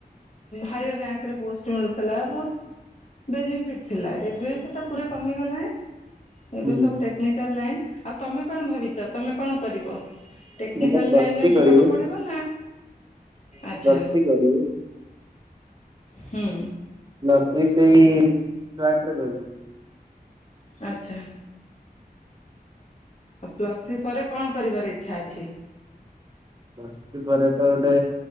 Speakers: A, on the left; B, on the right.
A: ହାଏରୀ ଆଙ୍କରେ ପୋଷ୍ଟ ମିଳୁଥିଲା ବହୁତ। ବେନିଫିଟ ଥିଲା ଏବେ ସେଟା ପୁରା କମିଗଲାଣି। ଏବେ
B: ହୁଁ
A: ସବୁ ଟେକ୍ନିକାଲ ଲାଇନ୍ ଆଉ ତମେ କଣ ଭାବିଛ ତମେ କଣ କରିବ? ଟେକ୍ନିକାଲ
B: ମୁଁ ତ ପ୍ଲସ୍
A: ଲାଇନରେ
B: ଥ୍ରୀ କରିବୁ
A: ପାଠ ପଢିବ। ଆଛା
B: ପ୍ଲସ୍ ଥ୍ରୀ କରିବୁ
A: ହୁ।
B: ପ୍ଲସ ଥ୍ରୀ ସେଇ ଷ୍ଟୁଆର୍ଟରେ କରିବି।
A: ଆଚ୍ଛା। ଆଉ ପ୍ଲସ ଥ୍ରୀ ପରେ କଣ କରିବାର ଇଚ୍ଛା ଅଛି?
B: ବସିଛି ପରେ ତ ଗୋଟେ